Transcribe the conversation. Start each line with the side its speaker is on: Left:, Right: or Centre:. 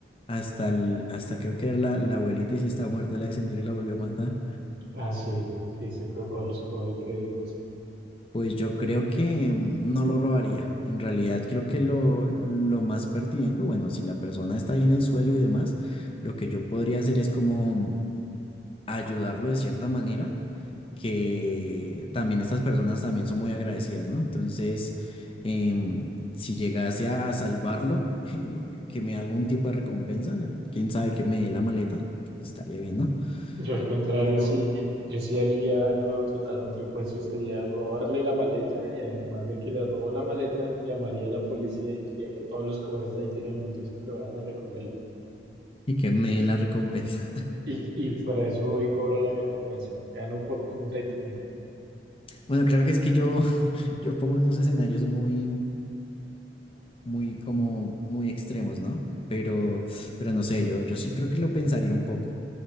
Left: hasta, el- hasta creo que era la, la abuelita y si estaba muerta la descendiera y la volvió a matar.
Right: Ah, sí, sí, se fue Pablo Escobar el que dijo eso.
Left: Pues yo creo que mm, no lo robaría. En realidad creo que lo, lo más pertinente, bueno, si la persona está ahí en el suelo y demás, lo que yo podría hacer es como mm, ayudarlo de cierta manera que también estas personas también son muy agradecidas, ¿no? Entonces, em, si llegase a salvarlo, <laughs> que me dé algún tipo de recompensa, quién sabe que me dé la maleta, estaría bien, ¿no?
Right: Yo al contrario,
Left: Pero,
Right: sí, yo sí haría algo totalmente opuesto y sería robarle la maleta y además de que le robo la maleta, llamaría a la policía y diría que Pablo Escobar está ahí tirado en el piso que vayan a recogerlo.
Left: y que me dé la recompensa. <laughs>
Right: Y, y fuera de eso voy y cobro la recompensa. Gano por punta y punta.
Left: Bueno, claro que es que yo, <laughs> yo pongo unos escenarios muy... muy como muy extremos, ¿no? Pero, pero no sé, yo, yo sí creo que lo pensaría un poco.